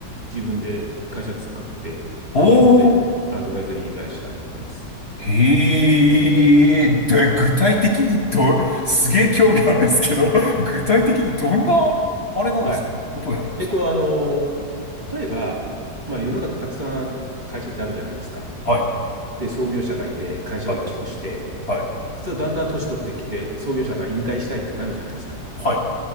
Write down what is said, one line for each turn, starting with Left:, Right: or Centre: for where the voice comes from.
Right: 自分で会社作って、
Left: おー。
Right: M&A のアドバイザリー会社やってます。
Left: へえ、で、具体的にど、すげえ興味あるんですけど、具体的にどんな、あれなんですかことをやるんですか
Right: はい。えっと、あの、例えば、まあ、世の中たくさん会社ってあるじゃないですか。
Left: はい、
Right: で、創業者がいて、会社を大きくして、
Left: はい、はい、
Right: そうだんだん年取ってきて、創業者が引退したいってなるじゃないですか。
Left: はい、